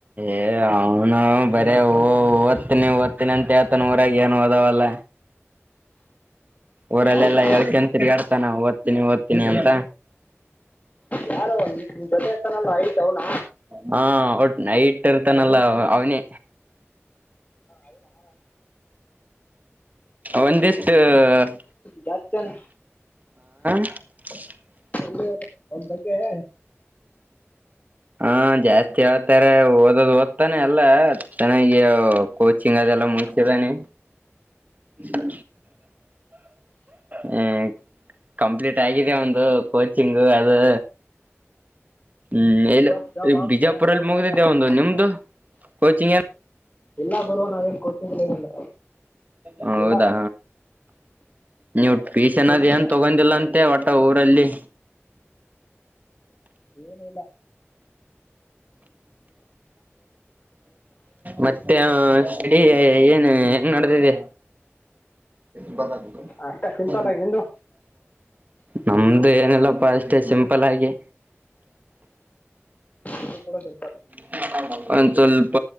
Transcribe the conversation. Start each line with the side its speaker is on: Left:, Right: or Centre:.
Right: ಏ ಅವನು ಬರ ಓ ಓದ್ತೀನಿ ಓದ್ತನಿ ಅಂತ ಹೇಳ್ತಾನ ಊರಾಗ ಏನು ಓದವಲ್ಲ ಊರಲ್ಲೆಲ್ಲ
Left: ಹೌದಾ
Right: ಹೇಳ್ಕೊಂಡ್ ತಿರ್ಗಾಡ್ <unintelligible> ನ <unintelligible> ಓದ್ತೀನಿ ಓದ್ತೀನಿ ಅಂತ
Left: ಯಾರು ನಿಮ ಜೊತೆ ಹತ್ತನಲ್ಲ ಹೈಟ್ <unintelligible> ಅವನ
Right: ಹಾ <unintelligible> ಇರ್ತಾನಲ್ಲ ಅವನೇ
Left: ಅವನಾ
Right: ಒಂದಿಷ್ಟು <unintelligible>
Left: ಜನ್
Right: <inaudible>
Left: ಅ ಕ ಧಕ್ಕೆೆ ಹ
Right: ಹಾ ಜಾಸ್ತಿ ಆತಾರೆ ಓದೋದು ಓದ್ತಾನೆ ಎಲ್ಲ ಚೆನ್ನಾಗಿ ಕೋಚಿಂಗ್ ಅದೆಲ್ಲ ಮುಗಸಿದಾನಿ <inaudible> ಹ್ಮ ಕಂಪ್ಲೀಟ್ ಆಗಿದೆ ಒಂದು ಕೋಚಿಂಗು ಅದು. ಹ್ಮ್
Left: ಅಂದ್ರೆ
Right: ಇಲ್ಲ
Left: ಇವತ್ತು ಜಾಬ್
Right: ಈ
Left: ಆಗುತ್ತೆ
Right: ಬಿಜಾಪುರಲ್ಲಿ
Left: ಹಂಗಾದ್ರೆ
Right: ಮುಗ್ದಿದ್ದೆ
Left: ಯಾವ್ದಾದ್ರು
Right: ಒಂದು ನಿಮ್ದು ಕೋಚಿಂಗ್ ಏನು <unintelligible>
Left: ಎಲ್ಲ ಬರುವ ನಾವೇನ್ ಕೋಚಿಂಗ್ ಏನಿಲ್ಲ
Right: ಹ ಹೌದಾ
Left: ಇಲ್ಲ
Right: ನೀವು ಪೀಸ್ ಅನೋ್
Left: ಮುಗಿದಿರಾ
Right: ಏನ್ ತಗೊಂಡಿಲ್ಲ ಅಂತೆ ಒಟ್ಟ ಊರಲ್ಲಿ
Left: ಏನು ಇಲ್ಲ
Right: ಮತ್ತೆ ಸಿಡಿ ಏನು ಹೆಂಗ ನಡ್ದಿದೆ ಬ.
Left: ಅಷ್ಟೇ ಸಿಂಪಲ್
Right: ಹ
Left: ಆಗಿ ನಿಂದು
Right: ನಮ್ದು ಏನಲ್ಲಪ್ಪ ಅಷ್ಟೆ ಸಿಂಪಲ್ ಆಗಿ <unintelligible>
Left: ಇದು ಕೂಡ ಸಿಂಪಲ್
Right: ಎ <unintelligible> ಒಂದು ಸ್ವಲ್ಪ